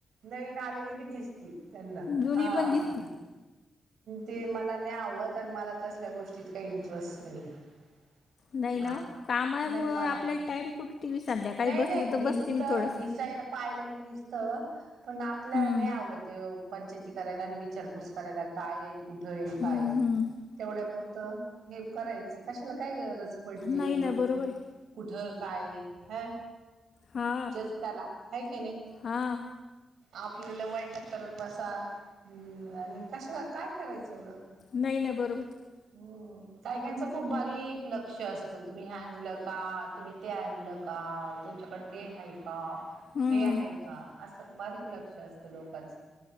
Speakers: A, on the right; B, on the left.
A: नवीन आलेली बी दिसती त्यांना
B: जुनी
A: हा <unintelligible>
B: पण दिसती
A: ते मला नाही आवडत आणि मला तसल्या गोष्टीत काही इंटरेस्ट नाही <unintelligible>
B: नाही
A: हा
B: ना कामामुळं
A: नाही मला
B: आपल्याला टाइम कुठे टी व्ही संध्याकाळी
A: नाही
B: बसलं
A: नाही
B: तर
A: दिसत
B: बसते मी थोडंसं
A: दिसायला पाहिलं दिसत पण आपल्या
B: हम्म
A: नाही आवडत पंचायती <unintelligible> करायला आणि विचारपूस करायला काय आहे कुठं आहे काय
B: हम्म
A: <unintelligible>
B: हम्म
A: तेवढ्यापुरतं हे करायचं कशाला काय गरज पडलीय
B: नाही
A: उगंच
B: ना बरोबर
A: अस <unintelligible>
B: आहे
A: कुठ काय ह
B: हा
A: ज्याच त्याला ह क नाही
B: हा
A: आपल्याला वाईट करत बसा हम्म आणि कशा काय करायचं एवढं <unintelligible>
B: नाही नाही बरोबर <unintelligible>
A: हम्म कायकांचं खूप बारीक लक्ष असतं तुम्ही हॅडल काात <unintelligible> तुम्ही ते आणलं का तुमच्याकडे ते आहे का
B: हम्म
A: <unintelligible> हे आहे का असं बारीक लक्ष असत <unintelligible> लोकच